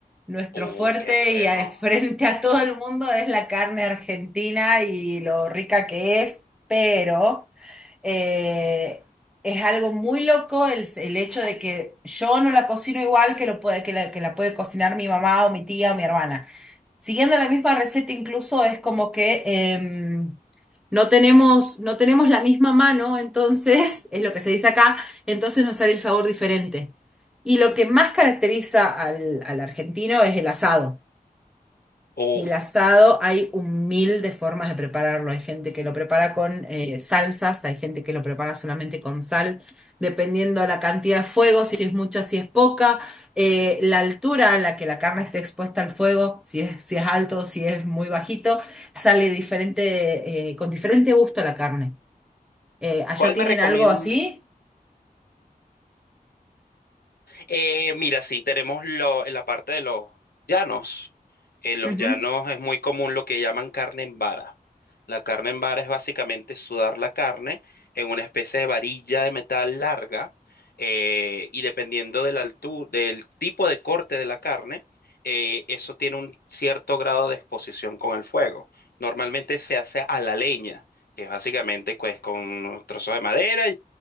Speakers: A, in the centre; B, on the left.
A: Nuestro
B: Oh,
A: fuerte
B: qué bueno.
A: y a- <laughs> frente a todo el mundo es la carne argentina y lo rica que es, pero eh, es algo muy loco el, el hecho de que yo no la cocino igual que, lo puede, que la, que la puede cocinar mi mamá o mi tía o mi hermana. Siguiendo la misma receta, incluso es como que em, no tenemos, no tenemos la misma mano, entonces, <laughs> es lo que se dice acá, entonces nos sale el sabor diferente. Y lo que más caracteriza al, al argentino es el asado.
B: Oh,
A: Y el asado hay un mil de formas de prepararlo. Hay gente que lo prepara con eh, salsas, hay gente que lo prepara solamente con sal, dependiendo la cantidad de fuego, si es mucha, si es poca, eh, la altura a la que la carne esté expuesta al fuego, si es, si es alto, si es muy bajito, sale diferente, eh, con diferente gusto la carne. Eh, ¿allá
B: ¿cuál
A: tienen
B: me recomienda?
A: algo así?
B: Eh, mira, sí, tenemos lo, en la parte de los llanos. En los
A: Ujú.
B: llanos es muy común lo que llaman carne en vara. La carne en vara es básicamente sudar la carne en una especie de varilla de metal larga eh, y dependiendo de la altu- del tipo de corte de la carne, eh, eso tiene un cierto grado de exposición con el fuego. Normalmente se hace a la leña, que es básicamente pues, con trozos de madera